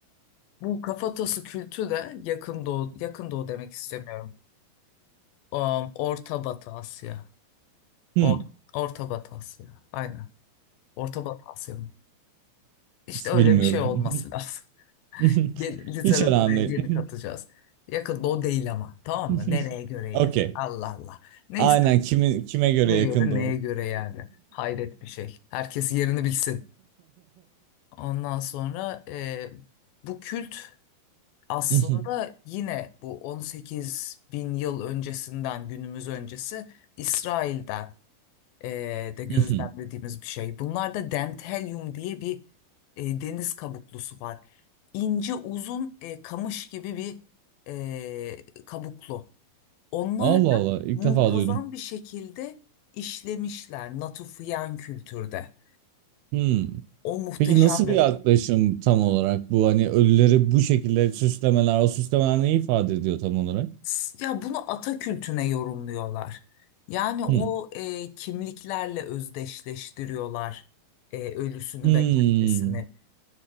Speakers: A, on the left (about 80°); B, on the right (about 80°).
A: Bu kafatası kültü de yakın doğu, yakın doğu demek istemiyorum. Um, Orta Batı Asya.
B: <laughs>
A: Or, Orta Batı Asya. Aynen. Orta Batı Asya mı? İşte öyle
B: Bilmiyorum.
A: bir şey olması lazım.
B: <laughs>
A: <laughs> Yeni, literatüre
B: Hiç önemli
A: yeni
B: değil.
A: katacağız. Yakın doğu değil ama. Tamam
B: <laughs>
A: mı? Nereye göre
B: Okey.
A: ya? Allah Allah. Neyse.
B: Aynen kime, kime göre
A: Kime
B: yakında
A: göre neye
B: o.
A: göre yani? Hayret bir şey. Herkes yerini bilsin. Ondan sonra e, bu kült aslında
B: <laughs>
A: yine bu 18 bin yıl öncesinden günümüz öncesi İsrail'den e, de gözlemlediğimiz
B: Mhm.
A: bir şey. Bunlarda dentelyum diye bir e, deniz kabuklusu var. İnce uzun e, kamış gibi bir e, kabuklu. Onlar
B: Allah
A: da
B: Allah ilk
A: muntazam
B: defa duydum.
A: bir şekilde işlemişler Natufian kültürde.
B: Hmm.
A: O muhteşemdi.
B: Peki nasıl bir yaklaşım tam olarak bu hani ölüleri bu şekilde süslemeler o süslemeler ne ifade ediyor tam olarak?
A: S- Ya bunu ata kültüne yorumluyorlar. Yani o
B: Hmm.
A: e, kimliklerle özdeşleştiriyorlar e, ölüsünü
B: Hmm.
A: ve kendisini.